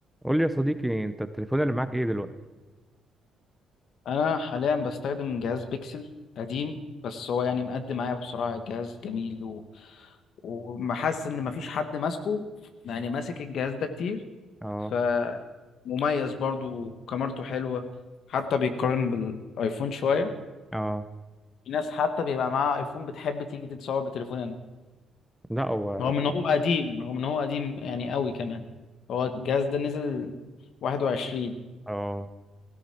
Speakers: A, in the centre; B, on the left (about 70°).
A: قول لي يا صديقي انت التليفون اللي معاك ايه دلوقتي
B: انا حاليا بستخدم جهاز بيكسل قديم بس هو يعني مقدم معايا بصراحه جهاز جميل و... ومحس ان مفيش حد ماسكه يعني ماسك الجهاز ده كتير
A: اه
B: فمميز برضو كاميرته حلوه حتى بيتقارن بالايفون شويه
A: اه
B: في ناس حتى بيبقى معاها ايفون بتحب تيجي تتصور بتليفونها
A: لا هو
B: رغم ان هو قديم رغم ان هو قديم يعني قوي كمان هو الجهاز ده نزل 21
A: اه